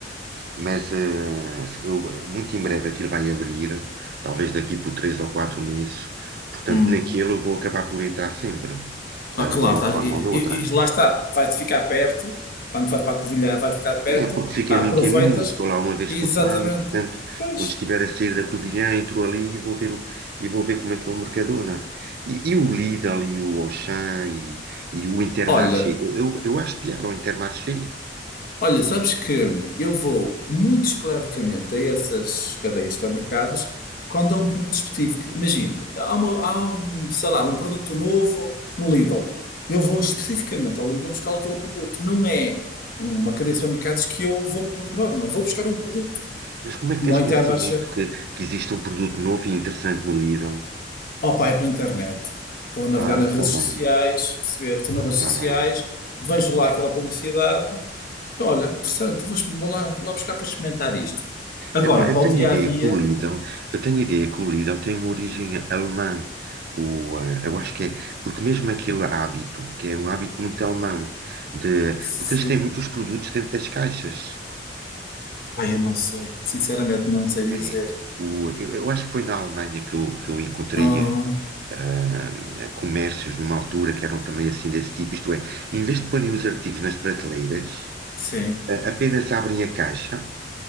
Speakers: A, on the right; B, on the left.
A: Mas eh, eu- muito em breve aquilo vai abrir, talvez daqui por três ou quatro meses. Portanto,
B: Hum.
A: naquilo eu vou acabar por entrar sempre,
B: Ah,
A: eh,
B: claro,
A: de uma
B: está-
A: forma
B: e,
A: ou de outra.
B: e- e lá está, vai-te ficar perto, quando vais para a Covilhã, vais ficar perto,
A: É porque fico
B: ah,
A: a
B: aproveitas,
A: mim caminho, estou lá uma vez
B: exatamente.
A: por semana, portanto,
B: Pois,
A: quando estiver a sair da Covilhã, entro ali e vou ver, o- e vou ver como é que é o Mercadona. E, e o Lidl e o Auchan e, e o Intermarché.
B: olha,
A: Eu, eu, eu acho piada ao Intermarché,
B: Olha, sabes que eu vou muito esporadicamente a essas cadeias de supermercados quando é um produto específico. Imagina, há, uma- há um, sei lá, um produto novo no Lidl. Eu vou especificamente ao Lidl buscar aquele produto. Não é uma cadeia de supermercados que eu vou por norma. Vou buscar um produto,
A: mas como é
B: como
A: que tens
B: ao Intermarché.
A: conhecimento que, que existe um produto novo e interessante no Lidl?
B: Opa, é pela internet. Estou a navegar
A: Ah,
B: nas
A: está
B: redes
A: bem,
B: sociais, perceber, estou nas redes
A: está
B: sociais,
A: bem.
B: vejo lá aquela publicidade Olha, interessante, vou, vou lá, vou lá buscar para experimentar isto. Agora,
A: Epá, eu
B: para
A: tenho
B: o dia
A: a ideia
B: a dia,
A: que o Lidl, eu tenho a ideia que o Lidl tem uma origem alemã. O, eh, eu acho que é, porque mesmo aquele hábito, que é um hábito muito alemão, de,
B: se...
A: porque eles têm muitos produtos dentro das caixas.
B: Pai, eu não sei. Sinceramente, não sei dizer.
A: É, o, eu, eu acho que foi na Alemanha que eu, que eu encontrei
B: Ah,
A: eh, comércios de uma altura que eram também assim desse tipo, isto é, em vez de porem os artigos nas prateleiras,
B: sim.
A: eh, apenas abrem a caixa,